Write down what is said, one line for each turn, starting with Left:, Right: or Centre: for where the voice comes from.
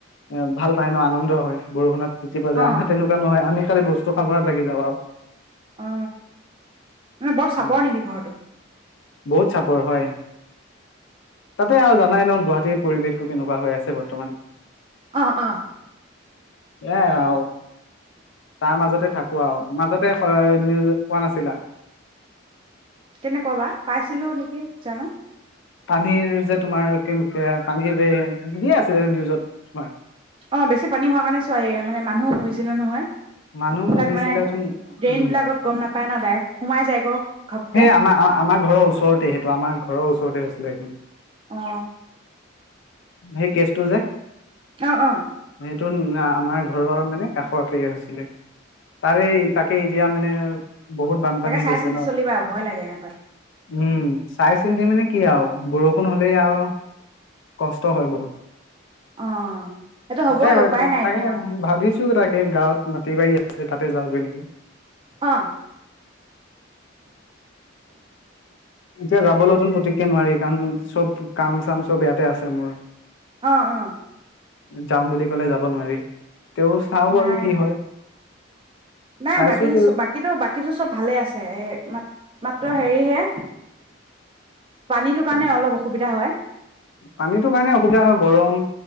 Left: এ ভাল পায় ন আনন্দ হয় বৰষুণত তিতিবলে যে
Right: অ',
Left: আমি তেনেকুৱা নহয় আমি খালি বস্তু খাঙাত লাগি যাও আৰু
Right: আ মানে বৰ চাপৰ
Left: উম।
Right: নেকি ঘৰটো
Left: বহুত চাপৰ হয় তাতে আৰু জানাই ন গুৱাহাটীৰ পৰিৱেশ টো কেনেকুৱা হৈ আছে বৰ্তমান
Right: অ অ
Left: এ আৰু তাৰ মাজতে থাকো আৰু মাজতে নিউজত কোৱা নাছিলা
Right: কেনেকুৱা বা পাইছিলো নেকি জানো
Left: পানীৰ যে তোমাৰ কেনেক পানীৰ দিয়ে আছিলে নিউজত তোমাৰ
Right: অ বেছি পানী হোৱা কাৰণে চোৱাই মানে মানুহো শুইছিলে নহয়
Left: মানুহ
Right: এইবিলাক
Left: মৰিছিলে
Right: মানে
Left: ত উম ন সেই
Right: ড্ৰেইন বিলাকত গম নাপায় ন ডাইৰেক্ট সোমাই যায় গৈ ঘপকে
Left: আমাৰ আমাৰ ঘৰৰ ওচৰৰত সেইটো আমাৰ ঘৰৰ ওচৰতে হৈছিলে সি
Right: অ
Left: সেই কেচটো যে
Right: অ অ
Left: সেইটো আমাৰ ঘৰৰ মানে কাষতে আছে তাৰে তাকে এতিয়া মানে বহুত বানপানী
Right: তাকে চাই
Left: হৈছে
Right: চিন্তি
Left: ন
Right: চলিবা ভয় লাগে এনেকুৱাত
Left: উম চাই চিন্তি মানে কি আৰু বৰষুণ হ'লে আৰু কষ্ট হয় বহুত
Right: অ সেইটো
Left: তাকে
Right: হ'বই উপায় নাই
Left: তাকে
Right: এতিয়া
Left: ভাবিছো তাকে গাঁৱত প্ৰতিবাৰী আছে তাতে যাওগৈ নেকি
Right: অ উ
Left: এতিয়া যাবলৈতোন পতককে নোৱাৰি কাৰণ চব কাম চাম চব ইয়াতে আছে মোৰ
Right: অ অ
Left: যাম বুলি ক'লে যাব নোৱাৰি তে চাও
Right: নাই
Left: বাৰু কি হয়
Right: নাই
Left: চাইছো
Right: বাকী
Left: তেওঁ
Right: বাকীতো বাকীতো চব ভালে আছে এ মাত মাত্ৰ হেৰিহে পানীটো কাৰণে অলপ অসুবিধা হয়
Left: পানীতটো কাৰণে অসুবিধা হয় গৰম